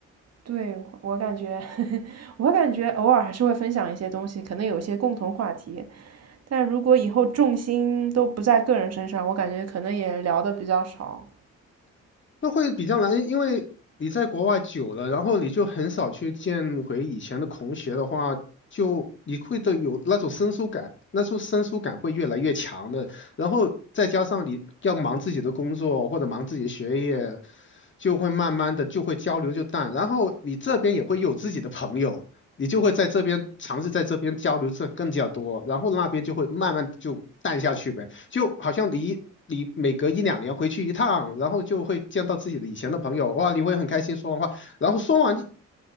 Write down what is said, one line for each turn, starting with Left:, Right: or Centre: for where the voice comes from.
Right: 对，我感觉，我感觉偶尔还是会分享一些东西，可能有一些共同话题，但如果以后重心都不在个人身上，我感觉可能也聊的比较少。
Left: 那会比较难，因为你在国外久了，然后你就很少去见回以前的同学的话，就你会的有那种生疏感，那种生疏感会越来越强的。然后再加上你要忙自己的工作或者忙自己的学业，就会慢慢的就会交流就淡。然后你这边也会有自己的朋友，你就会在这边尝试在这边交流这更加多，然后那边就会慢慢就淡下去呗。就好像你你每隔一两年回去一趟，然后就会见到自己的以前的朋友，哇，你会很开心说完话，然后说完